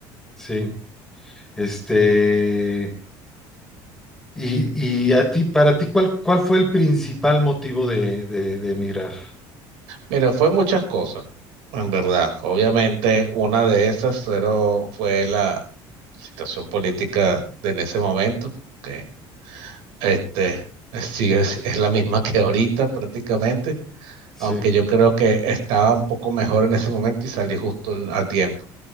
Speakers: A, in the centre; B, on the right.
A: sí. Este, y, y a ti, para ti, ¿cuál, cuál fue el principal motivo de, de, de emigrar?
B: Mira, fue muchas cosas, en verdad. Obviamente, una de esas fueron- fue la situación política de en ese momento, que este, <laughs> sí es, es la misma que ahorita prácticamente,
A: Sí,
B: aunque yo creo que estaba un poco mejor en ese momento y salí justo en- a tiempo.